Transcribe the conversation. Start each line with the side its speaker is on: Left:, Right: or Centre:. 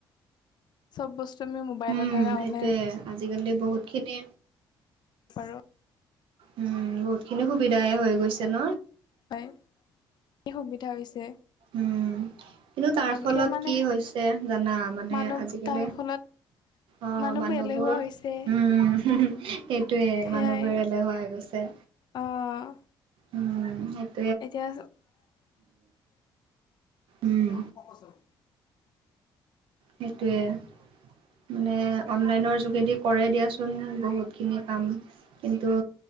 Left: চব বস্তু আমি মোবাইলৰ
Right: উম
Left: দ্বাৰা
Right: সেইটোৱে
Left: অনলাইন
Right: আজিকালি বহুত খিনি
Left: পাৰোঁ
Right: উম, বহুতখিনি সুবিধাই হয় গৈছে ন?
Left: হয়, <unintelligible> সুবিধা হৈছে।
Right: উম। কিন্তু তাৰ ফলত
Left: এতিয়া মানে
Right: কি হৈছে জানা, মানে
Left: মানুহ
Right: আজিকালি
Left: তাৰ ফলত
Right: অ',
Left: মানুহবোৰ
Right: মানুহবোৰ-উম
Left: এলেহুৱা হৈছে
Right: সেইটোয়ে
Left: সেয়াই
Right: মানুহবোৰ এলেহুৱা হৈ গৈছে।
Left: অ'।
Right: উম সেই
Left: এতিয়া
Right: উম
Left: <unintelligible>
Right: সেইটোৱে, মানে অনলাইনৰ যোগেদি কৰে দিয়াচোন বহুত খিনি কাম কিন্তু